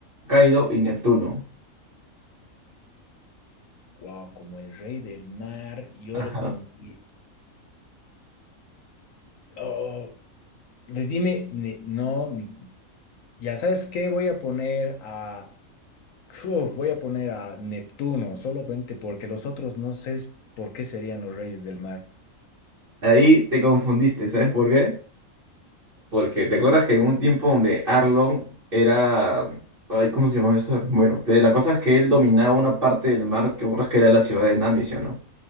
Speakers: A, on the right; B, on the left.
A: Kaido y Neptuno.
B: Wow, como el rey del mar, yo
A: Ajá.
B: lo pondría. Oh, de- dime, ni- no, ni- ya sabes qué, voy a poner a, Uf, voy a poner a Neptuno, solamente porque los otros no sé por qué serían los reyes del mar.
A: Ahí te confundiste, ¿sabes por qué? Porque te acuerdas que en un tiempo donde Arlon era. Ay, ¿cómo se llamaba eso? Bueno, te- la cosa es que él dominaba una parte del mar que ahora que era la ciudad de Nami, ¿sí o no?